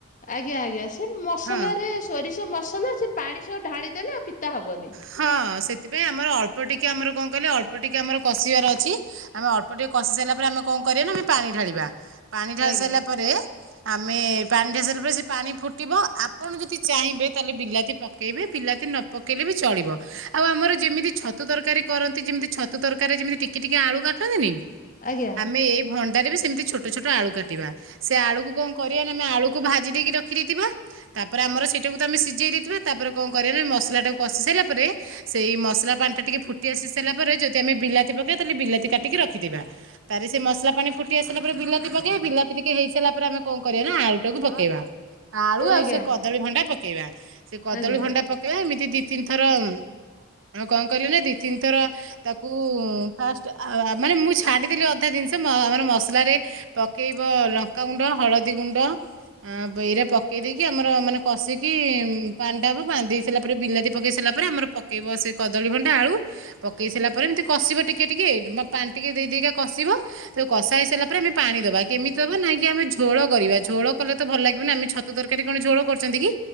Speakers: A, on the left (about 35°); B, on the right (about 60°).
A: ଆଜ୍ଞା ଆଜ୍ଞା ସେ ମସଲାରେ
B: ହଁ
A: ସୋରିଷ ମସଲା ସେ ପାଣି ସବୁ ଢାଳିଦେଲେ ଆଉ ପିତା ହବନି।
B: ହଁ ସେଥିପାଇଁ ଆମର ଅଳ୍ପ ଟିକେ ଆମର କଣ କହିଲେ ଅଳ୍ପ ଟିକେ ଆମର କଷିବାର ଅଛି। ଆମେ ଅଳ୍ପ ଟିକେ କଷି ସାରିଲା ପରେ ଆମେ କଣ କରିବା ନା ଆମେ ପାଣି ଢାଳିବା ପାଣି ଢାଳି
A: ଆଜ୍ଞା
B: ସାରିଲା ପରେ ଆମେ ପାଣି ଢାସାରିଲା ପରେ ସେ ପାଣି ଫୁଟିବ ଆପଣ ଯଦି ଚାହିଁବେ ତାହେଲେ ବିଲାତି ପକାଇବେ ପିଲାତି ନ ପକେଇଲେ ବି ଚଳିବ। ଆଉ ଆମର ଯେମିତି ଛତୁ ତରକାରୀ କରନ୍ତି ଯେମିତି ଛତୁ ତରକାରୀ ଯେମିତି ଟିକେ ଟିକେ ଆଳୁ କାଟନ୍ତିନି।
A: ଆଜ୍ଞା
B: ଆମେ ଏଇ ଭଣ୍ଡାରେ ବି ସେମିତି ଛୋଟ ଛୋଟ ଆଳୁ କାଟିବା ସେ ଆଳୁକୁ କ କରିବା ନା ଆମେ ଆଳୁକୁ ଭାଜି ଦେଇକି ରଖି ଦେଇଥିବା। ତାପରେ ଆମର ସେଇଟାକୁ ତ ଆମେ ସିଝେଇ ଦେଇଥିବା ତାପରେ କଣ କରିବା ମସଲା ଟାକୁ କଷି ସାରିଲା ପରେ। ସେଇ ମସଲା ପାଣି ଟା ଟିକେ ଫୁଟି ଆସି ସାରିଲା ପରେ ଯଦି ଆମେ ବିଲାତି ପକେଇବା ତାହେଲେ ବିଲାତି କାଟିକି ରଖିଥିବା ତାରେ ସେ ମସଲା ପାଣି ଫୁଟି ଆସିଲା ପରେ ବିଲାତି ପକେଇବା ବିଲାତି ଟିକେ ହେଇସାରା ପରେ ଆମେ କଣ କରିବା ନା ଆଳୁଟାକୁ ପକେଇବା। ଆଳୁ ଆଉ
A: ଆଜ୍ଞା
B: ସେ କଦଳୀ ଭଣ୍ଡା ପକେଇବା ସେ କଦଳୀ
A: ଆଜ୍ଞା
B: ଭଣ୍ଡା ପକେଇବା ଏମିତି ଦି ତିନି ଥର ଆଉ କ କହିଲେ ନା ଦି ତିନିଥର ତାକୁ ଫାଷ୍ଟ ମାନେ ମୁଁ ଛାଡିଦେଲି ଅଧା ଜିନିଷ ଆମର ମସଲାରେ ପକେଇବ ଲଙ୍କାଗୁଣ୍ଡ ହଳଦୀ ଗୁଣ୍ଡ। ଆ ଏଇରା ପକେଇ ଦେଇେଇକି ଆମର ମାନେ କଷିକି ପାଣି ଟା ହବ ପାଣି ଦେଇ ସାରିଲା ପରେ ବିଲାତି ପକାଇ ସାରିଲା ପରେ ଆମର ପକାଇବ ସେ କଦଳୀଭଣ୍ଡା ଆଳୁ ପକେଇ ସାରିଲା ପରେ ଏମିତି କଷିବ ଟିକେ ଟିକେ ପାଣି ଟିକେ ଦେଇ ଦେଇ କା କଷିବ। ତ କଷା ହେଇସାରା ପରେ ଆମେ ପାଣି ଦବା କେମିତି ଦବା ନାଇହିଁ କି ଆମେ ଝୋଳ କରିବା ଝୋଳ କଲେ ତ ଭଲ ଲାଗିବନି ଆମେ ଛ ତୁ ତରକାରୀ କଣ ଝୋଳ କରଛନ୍ତି କି